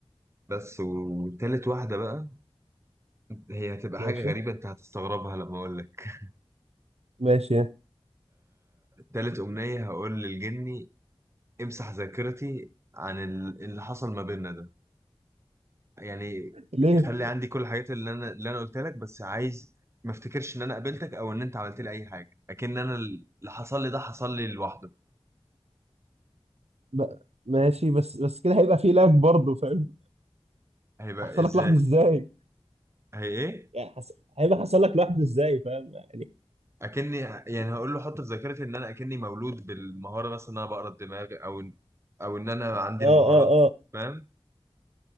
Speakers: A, on the right (about 25°); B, on the right (about 80°).
A: بس وتالت واحده بقى هي هتبقى
B: ماشي
A: حاجه غريبه انت هتستغربها لما اقول لك
B: ماشي
A: تالت امنيه هقول للجني امسح ذاكرتي عن ال- اللي حصل ما بيننا ده يعني
B: ليه
A: خلي عندي كل الحاجات اللي انا اللي انا قلتها لك بس عايز ما افتكرش ان انا قابلتك او ان انت عملت لي اي حاجه اكن انا اللي حصل لي ده حصل لي لوحده
B: ب... ماشي بس بس كده هيبقى فيه لاج برضه فاهم
A: هيبقى
B: هيحصل
A: ازاي
B: لك لحظه ازاي
A: هي ايه
B: يعني حس... هيبقى حصل لك لحظه ازاي فاهم يعني
A: اكني يعني هقول له حط في ذاكرتي ان انا اكني مولود بالمهاره مثلا ان انا بقرا الدماغ او او ان انا عندي
B: اه
A: المهارات
B: اه
A: فاهم